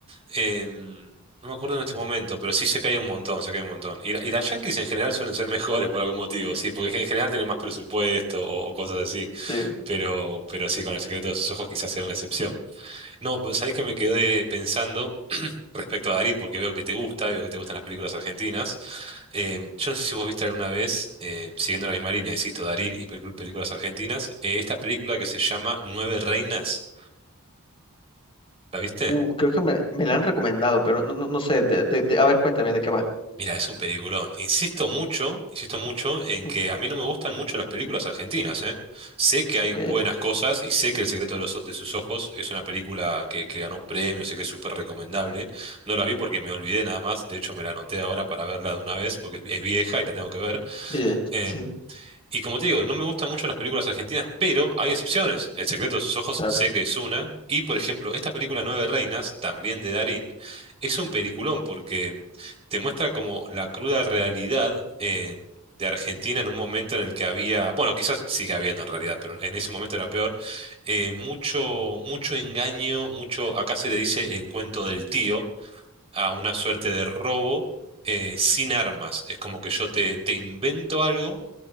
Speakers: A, on the right; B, on the left.
A: em, no me acuerdo en este momento, pero sí sé que hay un montón, sé que hay un montón. Y, la- y las Yankees en general suelen ser <laughs> mejores por algún motivo, sí, porque en general tienen más presupuesto o, o cosas así.
B: Sí.
A: Pero, pero sí, con el secreto de sus ojos quizás sea una excepción. No, pues sabés que me quedé pensando. respecto a Darín, porque veo que te gusta, y veo que te gustan las películas argentinas. Eh, yo no sé si vos viste alguna vez, eh, siguiendo la misma línea, insisto, Darín y pelicu- películas argentinas, eh, esta película que se llama Nueve Reinas, ¿la viste?
B: Uh, creo que me, me la han recomendado, pero no, no- no sé. de- de- de- a ver, cuéntame de qué va.
A: Mira, es un peliculón. Insisto mucho, insisto mucho en
B: Ujú,
A: que a mí no me gustan mucho las películas argentinas, ¿eh? Sé que hay
B: Ok,
A: buenas cosas y sé que El secreto de los, o- de sus ojos es una película que, que ganó premios, sé que es súper recomendable. No la vi porque me olvidé nada más, de hecho me la anoté ahora para verla de una vez porque es vieja y la tengo que ver.
B: bien,
A: Em,
B: sí,
A: y como te digo, no me gustan mucho las películas argentinas, pero hay excepciones. El secreto de sus ojos
B: claro.
A: sé que es una. Y por ejemplo, esta película Nueve Reinas, también de Darín, es un peliculón porque te muestra como la cruda realidad eh, de Argentina en un momento en el que había, bueno, quizás sigue habiendo en realidad, pero en ese momento era peor, eh, mucho, mucho engaño, mucho, acá se le dice el cuento del tío, a una suerte de robo eh, sin armas. Es como que yo te, te invento algo